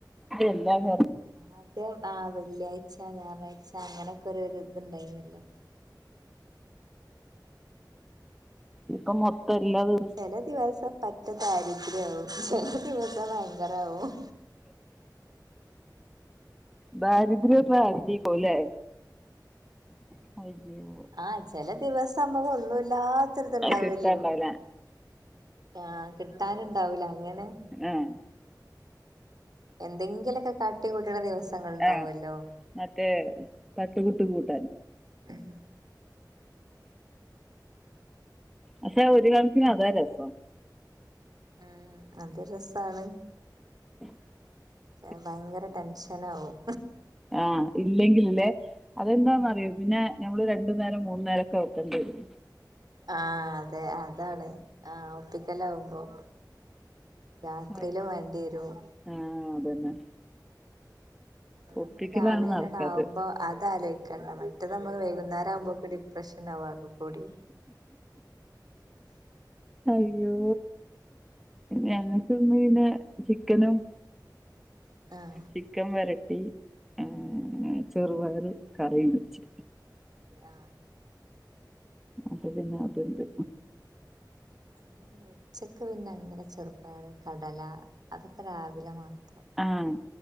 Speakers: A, in the centre; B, on the right.
A: എല്ലാ നേ
B: ആദ്യം ആഹ് വെള്ളിയാഴ്ച ഞായറാഴ്ച അങ്ങനൊക്കെ ഒരൊരു ത് ഇണ്ടായിനല്ലോ.
A: ഇപ്പ മൊത്തം എല്ലാ ദ്
B: ചെല ദിവസം പറ്റ ദാരിദ്ര്യാവും ചെല ദിവസം ഭയങ്കരാവും.
A: ദാരിദ്ര്യം ന്നാ അടി പോ <unintelligible> ലേ <unintelligible>
B: ആഹ് ചെല ദിവസം അമ്മക്ക് ഒന്നൂല്ലാ ത്തര്ത്ണ്ടാവല്ലോ.
A: അത് കിട്ടാണ്ടാവൂല
B: ആഹ് കിട്ടാന്ണ്ടാവൂല അങ്ങനെ
A: ഏഹ്
B: എന്തെങ്കിലൊക്കെ കാട്ടി കൂട്ട്ണ ദിവസങ്ങൾ ഇണ്ടാവൊല്ലോ.
A: ആഹ് മറ്റേ പത്ത്കൂട്ട് കൂട്ടാൻ
B: <unintelligible> ഉം
A: പശ്ശെ ഒരു കണക്കിന് അതാ രസം.
B: ആഹ് അത് രസാണ്.
A: <inaudible>
B: ഞാ ഭയങ്കര ടെൻഷനാവും.
A: ആഹ് ഇല്ലെങ്കിൽല്ലേ അതെന്താന്നറിയോ പിന്നെ നമ്മള് രണ്ടു നേരം മൂന്നു നേരൊക്കെ വെക്ക് ക്കണ്ടിയെരും
B: ആഹ്, അതെ അതാണ്. ആഹ് ഒപ്പിക്കലാവുമ്പോ രാത്രിയിലും
A: അത്
B: വേണ്ടിയെരും.
A: ആഹ്, അതന്നെ
B: അത് നമ്മള്
A: ഒപ്പിക്കലാണ്
B: രാവിലെന്നട്
A: നടക്കാത്ത്.
B: ആവുമ്പോ അത് ആലോയ്ക്കണ്ട മറ്റേത് അമ്മക് വൈകുന്നേരം ആവുമ്പോക്ക് ഡിപ്രഷൻ ആവും ആകെ കൂടി. <inaudible>
A: അയ്യോ ഞങ്ങക്ക്ന്ന് പിന്നെ ചിക്കനും.
B: ആഹ്
A: ചിക്കൻ വരട്ടി. ഏഹ് ചെറുപയർ കറിം വെച്ച്.
B: ആഹ്
A: അപ്പൊ പിന്നെ അത്ണ്ട്.
B: <inaudible> ഉച്ചക്ക് പിന്നെ അങ്ങനെ ചെറുപയർ കടല അതൊക്കെ രാവിലെ മാത്രം.
A: ആഹ്